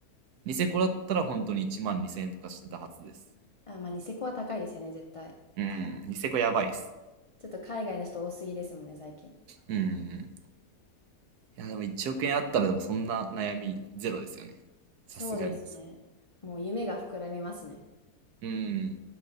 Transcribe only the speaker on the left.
あ、まあ、ニセコは高いですよね、絶対。
ちょっと海外の人多すぎですもんね、最近。
そうですね。もう夢が膨らみますね。